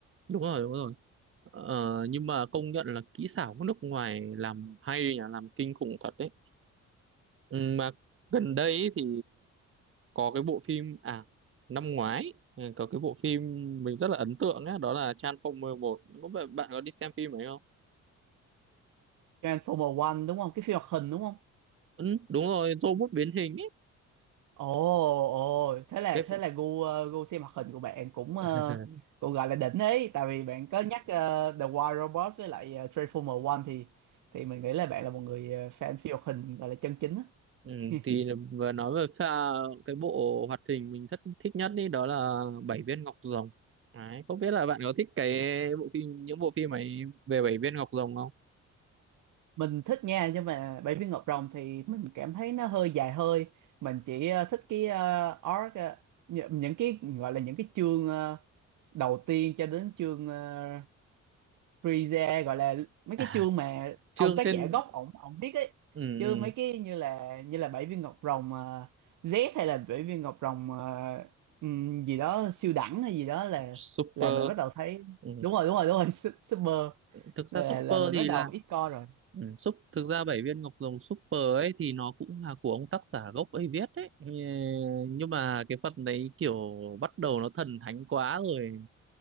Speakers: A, on the right; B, on the right.
A: đúng rồi đúng rồi ờ, nhưng mà công nhận là kỹ xảo của nước ngoài làm hay nhỉ làm kinh khủng thật đấy Ừ, mà gần đây ấy thì có cái bộ phim à năm ngoái ừ, có cái bộ phim mình rất là ấn tượng ấy, đó là Transformer một có bạn bạn có đi xem phim ấy không
B: Transformer One đúng không? Cái phim hoạt hình đúng không?
A: ừ, đúng rồi robot biến hình ấy
B: Ồ, ồ, thế là
A: cái
B: thế là gu ờ, gu xem hoạt hình của bạn cũng
A: <laughs>
B: ờ, cũng gọi là đỉnh ấy, tại vì bạn có nhắc ờ, The Wild Robot với lại ờ, Transformer One thì thì mình nghĩ là bạn là một người ờ, fan phim hoạt hình gọi là chân chính á.
A: ừ,
B: <laughs>
A: thì vừa nói về pha cái bộ hoạt hình mình thất thích nhất đi đó là Bảy viên ngọc rồng Đấy, không biết là bạn có thích cái bộ phim những bộ phim ấy về Bảy viên ngọc rồng không
B: Mình thích nha nhưng mà Bảy viên ngọc rồng thì mình cảm thấy nó hơi dài hơi. Mình chỉ ờ, thích cái ờ, arc ờ, nh- những cái gọi là những cái chương ờ, đầu tiên cho đến chương ờ, freeze gọi là mấy
A: à
B: cái chương mà ông
A: chương
B: tác
A: trên
B: giả gốc ổng ổng viết ấy
A: ừ,
B: chứ
A: ừ,
B: mấy cái như là như là bảy viên ngọc rồng uh, Z hay là bảy viên ngọc rồng ờ, ừm, gì đó siêu đẳng hay gì đó là
A: super
B: là mình bắt đầu thấy
A: ừ,
B: đúng rồi đúng rồi đúng rồi su- super
A: thực
B: là
A: ra super
B: là mình
A: thì
B: bắt đầu
A: là
B: ít coi rồi
A: ừ, súp thực ra bảy viên ngọc rồng super ấy thì nó cũng là của ông tác giả gốc ấy viết đấy Ừ, nhưng mà cái phần đấy kiểu bắt đầu nó thần thánh quá rồi